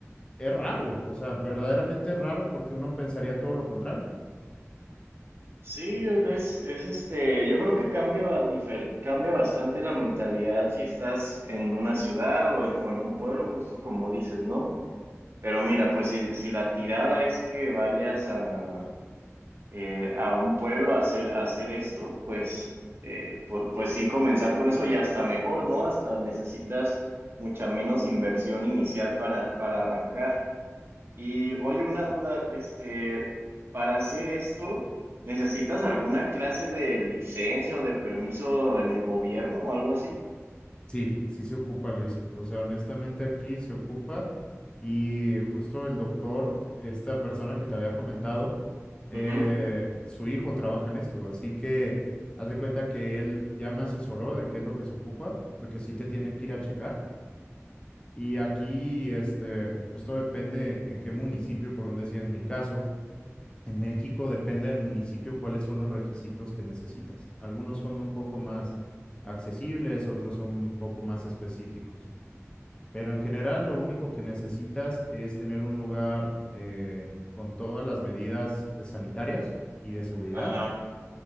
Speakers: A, on the left; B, on the right.
A: es raro, o sea, verdaderamente es raro porque uno pensaría todo lo contrario.
B: sí, es, es este, yo creo que cambia, ba- difer- cambia bastante la mentalidad si estás en una ciudad o en, o en un pueblo, justo como dices, ¿no? Pero mira, pues si, si la tirada es que vayas a, eh, a un pueblo a hacer, a hacer esto, pues, eh, pu- pues sí, comenzar con eso y hasta mejor, ¿no? Hasta necesitas mucha menos inversión inicial para, para arrancar. Y oye, una duda, este, para hacer esto, ¿necesitas alguna clase de licencia o de permiso en el gobierno o algo así?
A: Sí, sí se ocupa, Luis. O sea, honestamente aquí se ocupa y justo el doctor, esta persona que te había comentado, eh,
B: Ujú,
A: su hijo trabaja en esto, así que haz de cuenta que él ya me asesoró de qué es lo que se ocupa, porque sí te tienen que ir a checar. Y aquí, este, pues todo depende en qué municipio, por donde sea en mi caso. En México depende del municipio cuáles son los requisitos que necesitas. Algunos son un poco más accesibles, otros son un poco más específicos. Pero en general lo único que necesitas es tener un lugar eh, con todas las medidas eh, sanitarias y de seguridad
B: Ajá.